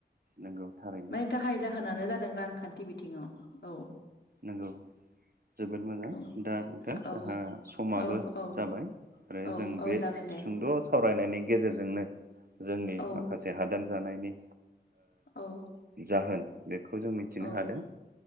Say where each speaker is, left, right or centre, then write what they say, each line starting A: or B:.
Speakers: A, on the right (about 55°); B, on the left (about 75°).
A: नंगौ थारै
B: माने गाहाय जाहोनानो जादों रांखान्थि बिथिङाव औ
A: नंगौ जोबोद मोजां
B: औ
A: दा नोंथां
B: औ
A: जोंहा समाबो
B: औ औ
A: जाबाय आरो
B: औ
A: जों
B: औ
A: बे
B: जागोन दे
A: सुंद' सावरायनायनि गेजेरजोंनो जोंनि
B: औ
A: माखासे हादान जानायनि
B: औ
A: जाहोन बेखौ जों मिथिनो
B: औ
A: हादों।